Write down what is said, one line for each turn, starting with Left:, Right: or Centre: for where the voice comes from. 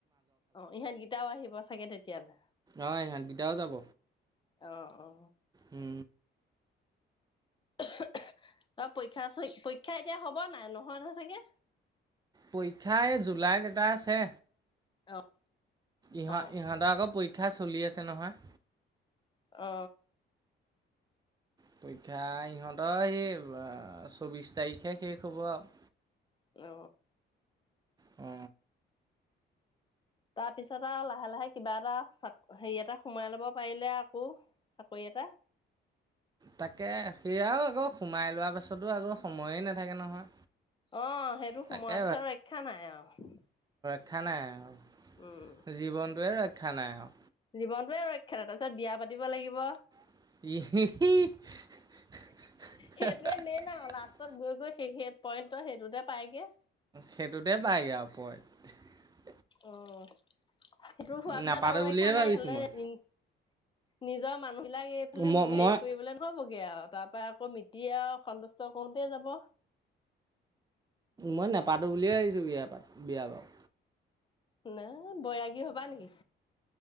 Left: অ' ইহঁতকেইটাও আহিব চাগে তেতিয়ালে?
Right: অ ইহঁতকেইটাও যাব
Left: অ অ
Right: উম
Left: অহ অ তাৰ পৰীক্ষা আছই পই ক্ষা এতিয়া হ'ব নাই নহয়-নহয় চাগে।
Right: পৰীক্ষা এই জুলাইত এটা আছে
Left: অ
Right: ইহঁত
Left: অ
Right: ইহঁতৰ আকৌ পৰীক্ষা চলি আছে নহয়।
Left: অ
Right: পৰীক্ষা ইহঁতৰ এই চৌবিশ তাৰিখে শেষ হ'ব আৰু
Left: অ
Right: উ
Left: তাৰপিছত আৰু লাহে লাহে কিবা এটা চাক, হেৰি এটা সোমাই লব পাৰিলে আকৌ চাকৰি এটা
Right: তাকে সেয়াও আকৌ সোমাই লোৱা পাছতো আকৌ সময়ে নাথাকে নহয়।
Left: অহ', সেইটো
Right: তাকে
Left: সোমোৱা পিছত ৰক্ষা নাই আৰু
Right: ক্ষা নাই আৰু
Left: উম
Right: জীৱনটোয়ে ৰক্ষ ক্ষা নাই আও
Left: জীৱনটোৱে ৰক্ষা নাই, তাৰপিছত বিয়া পাতিব লাগিব।
Right: <unintelligible>
Left: সেইটোৱে মেইন আৰু লাষ্টত গৈ গৈ সেই হে পইণ্টৰ সেইটোতে পাইগে
Right: সেইটোতে পাইগে আৰু পইণ্ট
Left: অ', সেইটো হোৱা
Right: নাপাতো
Left: পিছত আৰু ৰক্ষা
Right: বুলিয়ে
Left: নাই
Right: ভাবিছোঁ
Left: ইফালে
Right: মই
Left: ইন নিজৰ মানুহ। লাক এইফালে
Right: ম মই
Left: হেৰি কৰিবলে নহ'ব গে গে আৰু তাৰ পৰা আকৌ মিতিয়ে আৰু সন্তুষ্ট কৰোতে যাব।
Right: মই নাপাতো বুলিয়ে ভাবিছোঁ বিয়াৰ পাত বিয়া বাৰু
Left: না বৈৰাগী হবা নেকি?